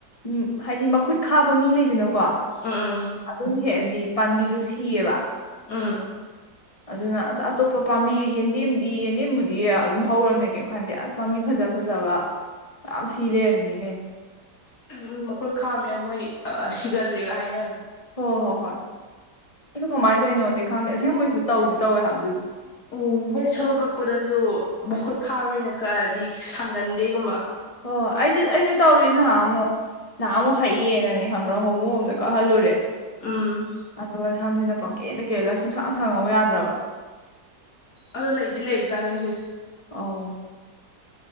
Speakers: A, on the left; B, on the left.
A: ꯎ ꯍꯥꯏꯗꯤ ꯃꯈꯨꯠ ꯈꯥꯕ ꯃꯤ ꯂꯩꯗꯅ ꯀꯣ
B: ꯎꯝ ꯎꯝ
A: ꯑꯗꯨꯅ ꯍꯦꯛꯑꯗꯤ ꯄꯥꯝꯕꯤꯗꯨ ꯁꯤꯌꯦꯕ
B: ꯎꯝ
A: ꯑꯗꯨꯅ ꯑꯁ ꯑꯇꯣꯞꯄ ꯄꯥꯝꯕꯤ ꯌꯦꯟꯗꯦꯝꯗꯤ ꯌꯦꯟꯗꯦꯝꯕꯨꯗꯤ ꯑꯗꯨꯝ ꯍꯧꯔꯕꯅꯤ ꯀꯩꯝ ꯈꯟꯗꯦ ꯑꯁ ꯄꯥꯝꯕꯤ ꯐꯖ ꯐꯖꯕ ꯃꯌꯥꯝ ꯁꯤ ꯂꯩꯔꯝꯃꯤꯅꯤ ꯀꯩꯅꯣ
B: ꯎꯝ ꯃꯈꯣꯏ ꯈꯥꯝꯃꯦ ꯃꯣꯏ ꯁꯤꯒꯜꯂꯦꯒ ꯍꯥꯏꯅꯕ
A: ꯍꯣꯏ ꯍꯣꯏ ꯍꯣꯏ ꯑꯗꯨ ꯀꯃꯥꯏꯅ ꯇꯧꯔꯤꯅꯣꯗꯤ ꯈꯪꯗꯦ ꯑꯁꯦꯡꯕꯩꯁꯨ ꯇꯧꯗꯤ ꯇꯧꯋꯦ ꯍꯥꯏꯕꯗꯨ
B: ꯎꯝ ꯍꯣꯏ ꯁꯃꯨꯛ ꯀꯛꯄꯗꯁꯨ ꯃꯈꯨꯠ ꯈꯥꯕ ꯃꯤꯅ ꯀꯛꯑꯗꯤ ꯁꯥꯡꯒꯟꯗꯦꯒꯨꯝꯕ
A: ꯑꯣ ꯑꯩꯁꯨ ꯑꯩꯁꯨ ꯇꯧꯔꯤ ꯅꯍꯥꯟ ꯃꯨꯛ ꯅꯍꯥꯟ ꯃꯨꯛ ꯍꯩꯌꯦꯅꯅꯦ ꯈꯝꯕꯔꯥ ꯍꯣꯃꯣꯃꯗ ꯀꯛꯍꯜꯂꯨꯔꯦ
B: ꯎꯝ
A: ꯑꯗꯨꯒ ꯁꯝꯁꯤꯅ ꯄꯪꯀꯦꯟꯗ ꯀꯦꯜꯂꯒ ꯁꯨꯡꯁꯥꯡ ꯁꯉꯛꯑꯣ ꯌꯥꯗ꯭ꯔꯕ
B: ꯑꯗꯣ ꯂꯩꯗꯤ ꯂꯩꯕꯖꯥꯠꯅꯤꯉꯣ ꯁꯤꯖꯦ
A: ꯑꯥꯎ